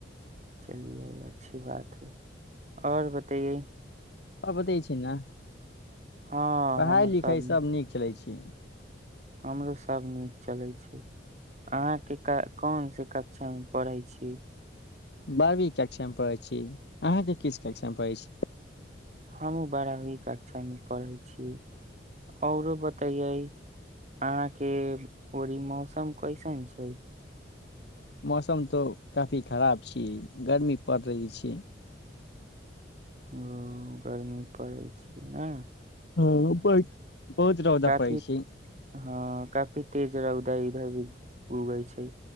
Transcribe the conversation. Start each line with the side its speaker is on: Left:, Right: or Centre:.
Right: चलिये अच्छी बात हइ आओर बतैये
Left: आ बतै छी न
Right: हँ
Left: पढ़ाई
Right: हम
Left: लिखाइ
Right: सब
Left: सभ नीक चलै छै की
Right: हमरो सभ नीक चलै छै अहाँके क कोनसँ कक्षामे पढ़ै छी
Left: बारहवी कक्षा पढ़ै छी अहाँके किस कक्षा पढ़ै छी
Right: हमहु बारहवी कक्षामे पढ़ै छिये आउरो बतैयै अहाँके ओड़ी मौसम कैसन छै
Left: मौसम तो काफी खराब छिये गर्मी पड़ रहै छै
Right: ओ गर्मी परैय छै न
Left: हँ बहु बहुत रौदा
Right: काफी
Left: परै छै
Right: हँ काफी तेज रौदा इधर भी उगे छै